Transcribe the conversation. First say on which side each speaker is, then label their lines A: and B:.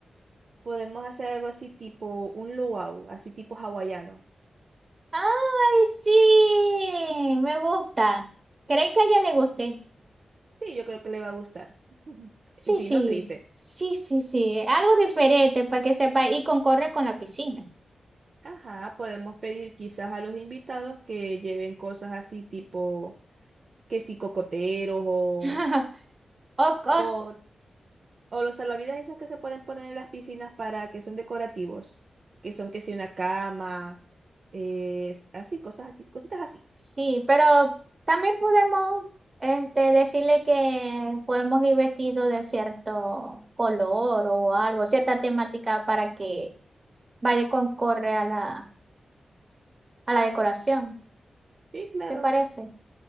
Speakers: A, on the right (about 50°); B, on the right (about 35°).
A: Podemos hacer algo así tipo un luau, así tipo hawaiano.
B: Ay, sí, me gusta. ¿Crees que a ella le guste?
A: Sí, yo creo que le va a gustar. <laughs>
B: Sí,
A: Sí,
B: sí,
A: no triste.
B: sí, sí, sí. Algo diferente para que sepa y concorre con la piscina.
A: Ajá, podemos pedir quizás a los invitados que lleven cosas así tipo que si cocoteros o,
B: <laughs> O, o
A: o,
B: s-
A: o los salvavidas esos que se pueden poner en las piscinas para que son decorativos, que son que si una cama, eh, así, cosas así, cositas así.
B: sí, pero también podemos este, decirle que podemos ir vestidos de cierto color o algo, cierta temática para que vaya y concorre a la, a la decoración.
A: Sí, claro.
B: ¿Te parece?